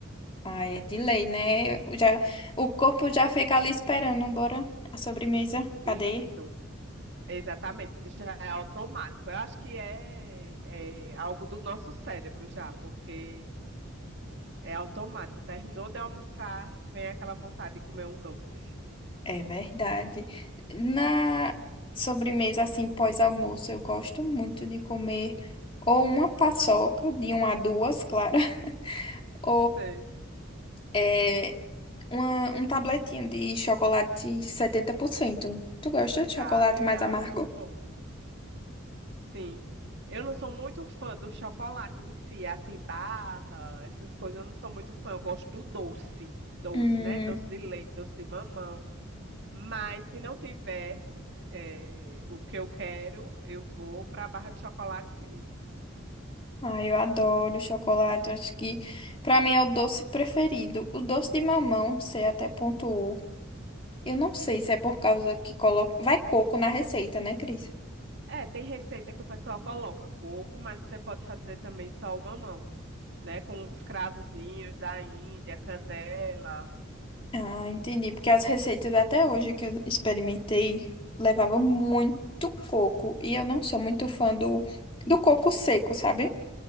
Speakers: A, on the left; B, on the right.
A: Ai, é de lei, né? Eu Já... O corpo já fica ali esperando, bora a sobremesa.
B: Isso,
A: Cadê?
B: exatamente. Já é automático. Eu acho que é, é algo do nosso cérebro já, porque é automático. Terminou de almoçar, vem aquela vontade de comer um doce.
A: É verdade. Na sobremesa, assim, pós-almoço, eu gosto muito de comer ou uma paçoca, de uma a duas, claro. <laughs>
B: Sei.
A: É uma- um tabletinho de chocolate setenta por cento Tu gosta de chocolate
B: Ah, legal,
A: mais amargo?
B: é muito bom. Sim. Eu não sou muito fã do chocolate em si, assim, barra, essas coisas, eu não sou muito fã. Eu gosto do doce, doce,
A: Hum,
B: né? Doce de leite, doce de mamão. Mas se não tiver eh, o que eu quero, eu vou para a barra de chocolate, sim.
A: ai, eu adoro chocolate. eu Acho que pra mim é o doce preferido. O doce de mamão, você até pontuou. Eu não sei se é por causa que coloca. Vai coco na receita, né, Cris?
B: É, tem receita que o pessoal coloca coco, mas você pode fazer também só o mamão, né? Com os cravozinhos da Índia, canela.
A: Ah, entendi. Porque as receitas até hoje que eu experimentei levavam muito coco. E eu não sou muito fã do, do coco seco, sabe?